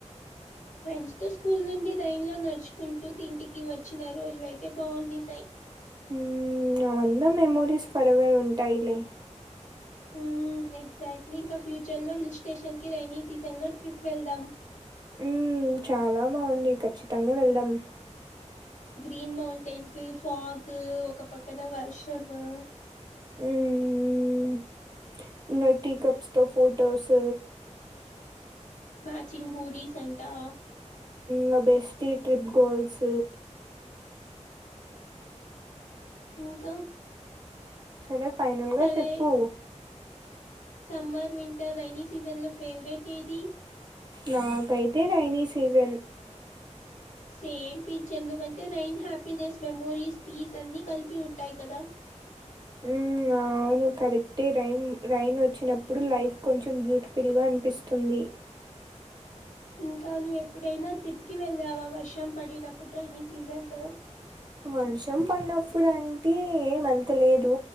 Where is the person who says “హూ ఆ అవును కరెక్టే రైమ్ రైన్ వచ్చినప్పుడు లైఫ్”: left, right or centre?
Right